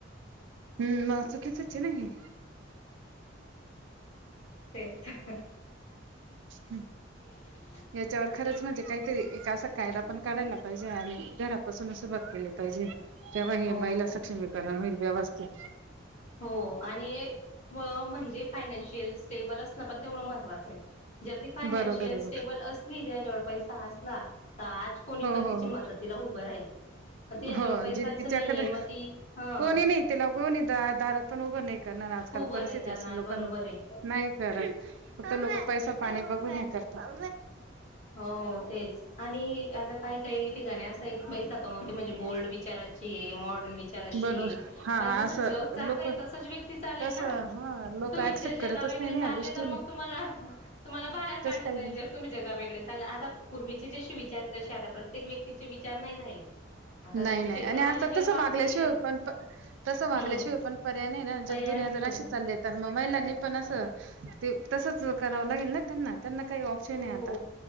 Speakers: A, on the right; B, on the left.
A: हम् मग चुकीचच हे ना हे
B: तेच पण
A: हं.
B: <inaudible>
A: याच्यावर, खरंच म्हणजे काहीतरी एक असा कायदा पण काढायला पाहिजे. आणि घरापासून सुरुवात केली पाहिजे. तेव्हा हे
B: हो
A: महिला सक्षमीकरण होईल व्यवस्थित.
B: हो. आणि म्ह म्हणजे फायनान्शियल स्टेबल असणं पण तेवढं महत्वाचं आहे. जर ती फायनान्शियल
A: बरोबर आहे
B: स्टेबल
A: मग
B: असली, तिज्याकड पैसा असला त आज कोणी
A: हो
B: पण
A: हो
B: तिची
A: हो
B: मदतीला उभं राहील. पण तिच्याजवळ
A: हो
B: पैसाच
A: जी तिच्याकडे
B: नाहीये, म ती हं.
A: कोणी नाही तेला कोणी द दारात पण उभं नाही करणार आजकाल
B: उभं
A: परिस्थिती
B: नाही करणार
A: असेल लोकांना.
B: बरोबर आहे.
A: नाही करत. फक्त लोक पैसा
B: हम्म
A: पाणी बघून हे करतात.
B: हो तेच, आणि आता काय काही ठिकाणी असा आहे की, पैसा कमावते म्हणजे बोल्ड विचाराची ये. मॉडर्न विचार चाराचिये
A: बरोबर हा
B: पण जस
A: असं
B: जग चालतय
A: लोक
B: तसच व्यक्ती चालेल
A: तस
B: ना.
A: हा लोक
B: तुम्ही
A: ऍक्सेप्ट
B: जर जगा
A: करतच
B: वेगळे
A: नाही ना
B: चालले
A: या गोष्टीला
B: तर, मग तुम्हाला तुम्हाला बाहेर काढलं
A: कस काय
B: जाईल
A: ग
B: जर तुम्ही जगा वेगळे चाल ला आता पूर्वीचे जसे विचार आहे, तसे आता प्रत्येक व्यक्तीचे विचार नाही राहिले. आता
A: नाही नाही
B: टेक्नॉलॉजी
A: आणि आता
B: जर
A: तसं
B: वाढते
A: वागल्याशिवाय पण प तसं
B: हम्म
A: वागल्याशिवाय पण पर्याय नाही ना. जर
B: पर्याय
A: दुनिया
B: नाही
A: जर अशी चालले तर मग महिलांनी पण असं ते तसच करावं लागेल ना त्यांना. त्यांना काही ऑप्शन
B: हो
A: आहे आता?